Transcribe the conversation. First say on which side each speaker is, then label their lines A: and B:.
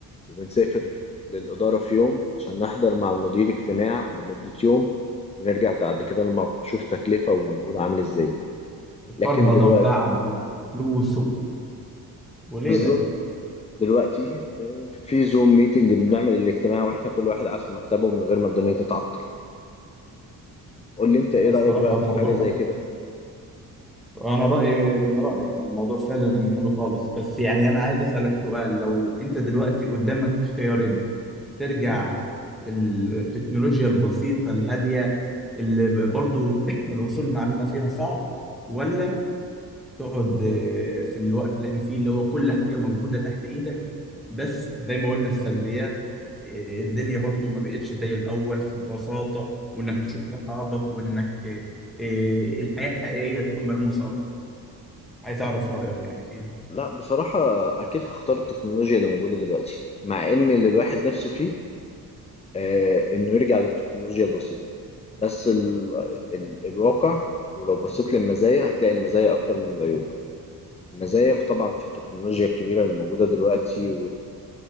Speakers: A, on the left; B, in the centre.
A: وبنسافر للاداره في يوم عشان نحضر مع المدير اجتماع لمده يوم ونرجع بعد كده للموقع شوف تكلفه ومجهود عامل ازاي لكن
B: فرهدة
A: دلوقتي
B: وتعب وفلوس و- وليلة
A: بالظبط دلوقتي آه، في زوم ميتنج بنعمل الاجتماع واحنا كل واحد قاعد في مكتبه من غير ما الدنيا تتعطل قول لي انت ايه
B: لا الصراحة
A: رايك بقى
B: الموضوع
A: في حاجه زي كده
B: أنا رأيي من رأيك يعني الموضوع فعلا حلو خالص بس يعني أنا عايز أسألك سؤال لو أنت دلوقتي قدامك خيارين ترجع
A: تمام
B: في التكنولوجيا البسيطة الهادية اللي برضو <coughs> <clears throat> الوصول معلومة فيها صعب ولا تقعد آه، في الوقت اللي احنا فيه اللي هو كل حاجة موجودة تحت ايدك بس زي ما قلنا السلبيات آه، الدنيا برضو ما بقتش زي الأول في البساطة وإنك تشوف صحابك وإنك آه، آه، الحياة الحقيقية تكون ملموسة أكتر عايز أعرف رأيك يعني فيها
A: لا بصراحة أكيد هختار التكنولوجيا اللي موجودة دلوقتي مع إن اللي الواحد نفسه فيه آه إنه يرجع للتكنولوجيا البسيطة بس ال ال الواقع ولو بصيت للمزايا هتلاقي المزايا أكتر من العيوب المزايا في- طبعا في التكنولوجيا الكبيرة اللي موجودة دلوقتي